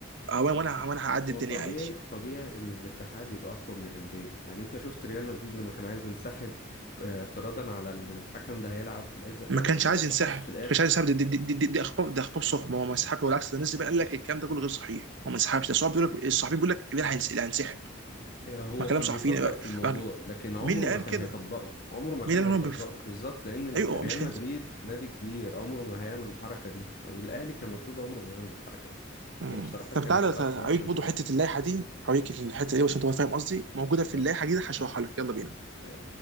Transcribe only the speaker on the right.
آه، وانا وانا وأنا هعدي
الدنيا
عادي
ما
كانش
عايز
ينسحب
ما
كانش عايز ينسحب دي, دي, دي, دي, دي اخبار ده اخبار صحبه هو ما انسحبش والعكس ده الناس اللي بقى قال لك الكلام ده كله غير صحيح هو ما انسحبش ده الصحابي بيقول لك الصحفيين بيقول لك امبارح هينس- هينسحب
ما كلام
صحفيين
بقى.
بقى-
مين اللي
قال
كده؟
مين اللي
قال انه بيفكر؟
ايوه هو
مش
هينسحب
مم.
طب تعالى تعالى،
هوريك
برضه
حته اللائحه دي هوريك الحته دي عشان تبقى فاهم قصدي موجوده
في اللائحه دي هشرحها لك يلا بينا